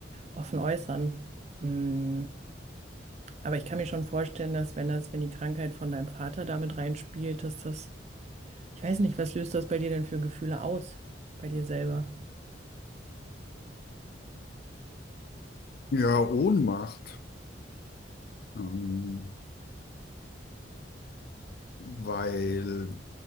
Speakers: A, on the right (about 35°); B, on the left (about 55°).
A: offen äußern. Mh, aber ich kann mir schon vorstellen, dass wenn das, wenn die Krankheit von deinem Vater damit reinspielt, dass das, ich weiß nicht, was löst das bei dir denn für Gefühle aus, bei dir selber?
B: Ja, Ohnmacht, ähm, weil